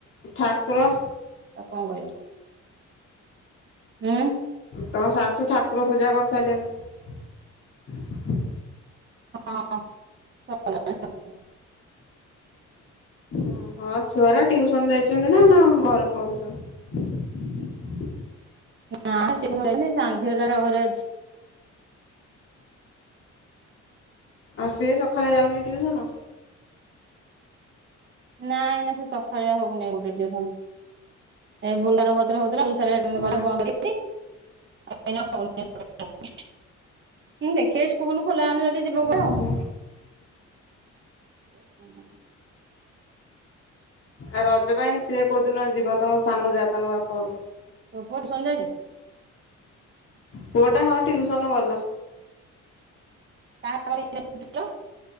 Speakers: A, on the left (about 45°); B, on the right (about 40°).
A: ଠାକୁର
B: କଣ କରିବ ଉଁ
A: ତମ ଶାଶୁ ଠାକୁର ପୂଜା କରି ସାରିଲେଣି।
B: ହଁ <unintelligible>
A: ଅ ହ ଛୁଆରା ଟିଉସନ ଯାଇଛନ୍ତି ନା-ନା ଘରେ ପଢୁଛନ୍ତି?
B: ନା ଟିଉସନ ଯାଇଛନ୍ତି ଏହି ସାନ ଝିଅ ତାର ଘରେ ଅଛି।
A: ଆଉ ସିଏ ସକାଳେ ଯାଉନି କି ଟିଉସନ?
B: ନାଇଁ-ନାଁଇ ସେ ସଖାଳିଆ ହଉନି ଗୋଟେ ଟିଉସନ ଏହି <unintelligible> <unintelligible> <unintelligible>
A: ନା
B: ଦେଖିବେ ସ୍କୁଲ ଖୋଲା ହେଲେ କେତେ ଯିବ <unintelligible>
A: ଓହୋ
B: ଆଉ ହୁଁ।
A: ଆ ରଜ ପାଇଁ ସିଏ କୋଉ ଦିନ ଯିବ ତମ ସାନ ଯା ତାଙ୍କ ବାପଘରକୁ?
B: <unintelligible>
A: ପୁଅ ଟା ହଁ ଟିଉସନ ଗଲା।
B: କା <unintelligible>